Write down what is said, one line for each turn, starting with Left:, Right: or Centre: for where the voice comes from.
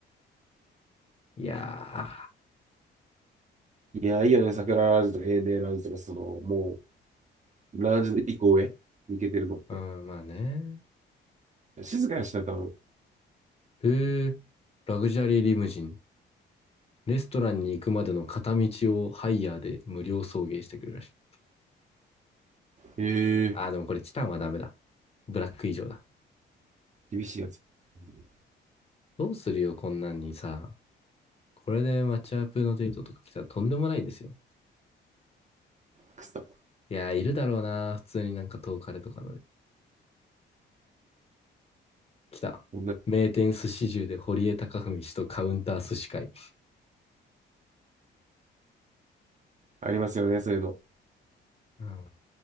Left: いや
Right: いや、いいよね。桜ラウンジとか、エーデーラウンジとか、その、もう、ラウンジの一個上、行けてるのって。
Left: ー。うん、まあね。
Right: 静かにしたら多分。
Left: へえ、ラグジュアリーリムジン。レストランに行くまでの片道をハイヤーで無料送迎してくれるらしい。
Right: え
Left: あー、でもこれチタンはダメだ。ブラック以上だ。
Right: ー、厳しいやつ。うん
Left: どうするよ、こんなんにさ。これでマッチアップのデートとか来たらとんでもないですよ。
Right: くそ。
Left: いやー、いるだろうな。普通になんか遠かれとかので。来た。
Right: こんな、ん
Left: 名店寿司中で堀江貴文氏とカウンター寿司会。
Right: ありますよね、そういうの。
Left: うん。